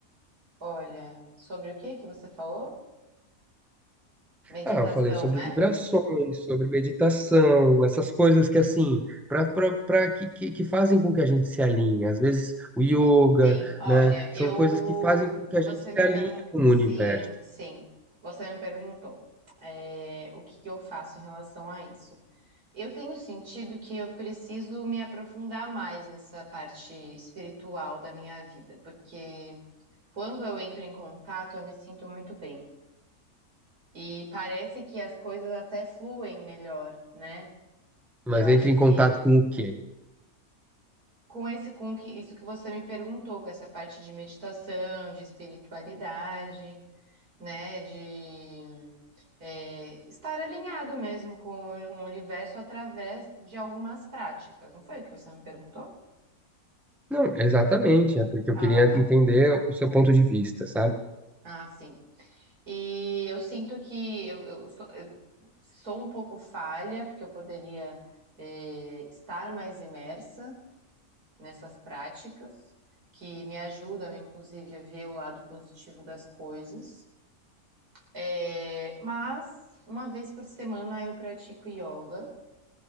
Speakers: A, on the right (about 80°); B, in the centre.
A: Olha, sobre o que que você falou? Meditação,
B: Ah, eu falei sobre
A: né?
B: vibrações, sobre meditação, essas coisas que assim, para que, que, que fazem com que a gente se alinhe. Às vezes o yoga,
A: Sim, olha,
B: né?
A: eu.
B: São coisas que fazem com que
A: Você
B: a gente se
A: me
B: alinhe
A: perguntou.
B: com o
A: Sim,
B: universo.
A: sim. Você me perguntou, é, o que que eu faço em relação a isso. Eu tenho sentido que eu preciso me aprofundar mais nessa parte espiritual da minha vida, porque quando eu entro em contato, eu me sinto muito bem. E parece que as coisas até fluem melhor, né? E
B: Mas
A: eu acho
B: entre em
A: que
B: contato com o quê?
A: com esse com que isso que você me perguntou, com essa parte de meditação, de espiritualidade, né, de é, estar alinhado mesmo com o universo através de algumas práticas. Não foi o que você me perguntou?
B: Não, exatamente, é porque
A: Ah,
B: eu queria
A: tá.
B: entender o seu ponto de vista, sabe?
A: Ah, sim. E eu sinto que eu, eu sou, eu sou um pouco falha, porque eu poderia, é, estar mais imersa nessas práticas, que me ajudam, inclusive, a ver o lado positivo das coisas. É, mas uma vez por semana eu pratico yoga